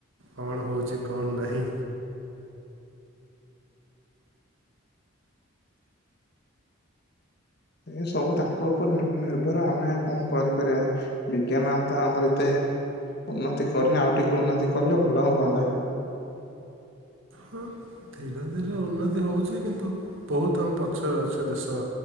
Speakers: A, on the right; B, on the left.
A: କଣ ହଉଛି କଣ ନାହିଁ।
B: ଏ ସବୁ ତାଙ୍କ ଉପରେ ନିର୍ଭର ଆମେ କଣ କରିପାରିବା ବିଜ୍ଞାନ ତ ଆମର ଏତେ ଉନ୍ନତି କରିନି ଆଉ ଟିକେ ଉନ୍ନତି କଲେ ଭଲ ହୁଅନ୍ତା।
A: ହଁ ଧୀରେ ଧୀରେ ଉନ୍ନତି ହଉଛି କିନ୍ତୁ ବହୁତ ଆମ ପଛରେ ଅଛେ ଦେଶ